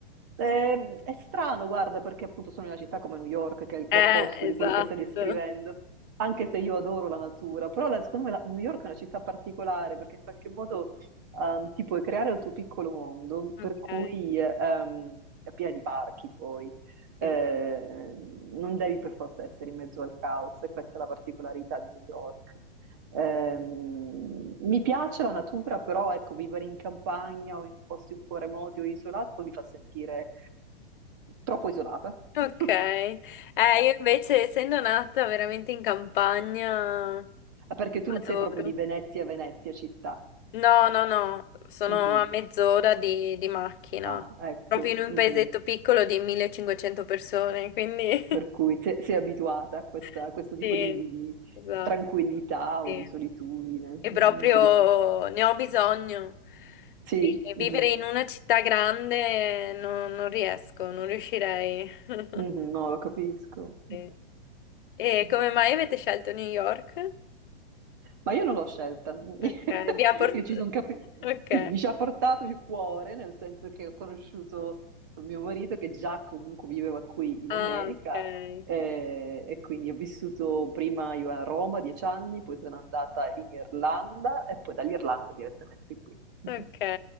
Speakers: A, on the right (about 20°); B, on the left (about 55°).
A: Eh, è strano, guarda, perché appunto sono in una città come New York, che è
B: Eh,
A: l'opposto di
B: esatto.
A: quello che stai descrivendo, anche se io adoro la natura, però la- secondo me la- New York è una città particolare perché in qualche modo ehm, ti puoi creare il tuo piccolo mondo, per
B: Ok.
A: cui ehm, è piena di parchi poi,
B: sì.
A: Eh, non devi per forza essere in mezzo al caos e questa è la particolarità di New York. Ehm, mi piace la natura, però ecco, vivere in campagna o in posti un po' remoti o isolati poi mi fa sentire troppo isolata.
B: Ok.
A: <laughs>
B: Eh, io invece, essendo nata veramente in campagna,
A: Ah, perché tu
B: adoro.
A: non sei proprio di Venezia, Venezia città.
B: No, no, no, sono
A: Mhm.
B: a mezz'ora di, di macchina,
A: Ah, ecco.
B: proprio in un
A: Mhm.
B: paesetto piccolo di 1500 persone, quindi
A: Per cui se- sei, abituata a, questa-
B: <laughs>
A: a questo tipo
B: sì,
A: di, di- di
B: esatto,
A: tranquillità
B: sì.
A: o di solitudine.
B: E
A: Mhm,
B: proprio
A: Non ti dis-
B: ne ho bisogno.
A: Sì,
B: E
A: mhm.
B: vivere in una città grande non, non riesco, non riuscirei. <laughs>
A: Mhm, No, lo capisco.
B: Sì. E
A: Mhm.
B: come mai avete scelto New York?
A: Ma io non l'ho scelta, <laughs>
B: Ok, vi ha portato...
A: Io ci son capi-
B: <laughs> Ok.
A: sì, mi ci ha portato il cuore, nel senso che ho conosciuto mio marito che già comunque viveva qui in
B: Ah,
A: America
B: ok.
A: eh, e quindi ho vissuto prima io a Roma dieci anni, poi sono andata in Irlanda e poi dall'Irlanda direttamente qui. <laughs>
B: Ok.